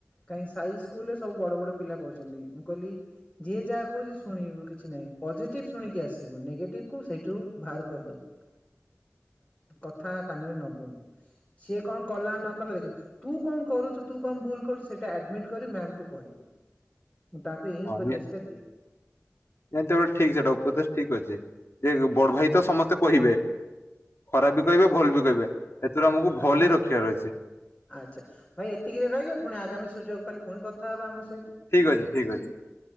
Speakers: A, on the left; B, on the left.
A: କାହିଁ ସାଇ ସ୍କୁଲ ରେ ସବୁ ବଡ ବଡ ପିଲା ପଢୁଛନ୍ତି ମୁଁ କହିଲି ଯିଏ ଯାହା କହୁଛି ଶୁଣିବୁ କିଛି ନାହିଁ ପଜିଟିଭ ଶୁଣିକି ଆସିବୁ ନେଗେଟିଭ କୁ ସେଇଠୁ ବାହାର କରିଦବୁ। କଥା କାନରେ ନବୁନୁ ସିଏ କଣ କଲା ନ ତୁ କଣ କରୁଛୁୁ ତୁ କଣ ଭୁଲୁଟା କରୁଛୁ ସେଟା ଆଡମିଟ୍ କରିବୁ ମ୍ୟାମ ଙ୍କୁ କହିବୁ। ମୁଁ ତାକୁ ଏହି
B: ହଁ
A: ଉପଦେଶ ଟା ଦିଏ।
B: ନିହାତି ଭାବେ ଠିକ ସେଟା ଉପଦେଶ ଠିକ ଅଛି ଏ ବଡ ଭାଇ ତ ସମସ୍ତେ କହିବେ ଖରାପ ବି କହିବେ ଭଲ ବି କହିବେ ଏଥିରୁ ଆମକୁ ଭଲ
A: ଆଜ୍ଞା
B: ହି ରଖିବାର ଅଛି।
A: ଆଚ୍ଛା ଭାଇ ଏତିକିରେ ରହିବ ପୁଣି ଆଗାମୀ ସୁଯୋଗ ପାଇଲେ ପୁଣି କଥା ହେବା ଆମ ସ।
B: ଠିକ ଅଛି ଠିକ ଅଛି।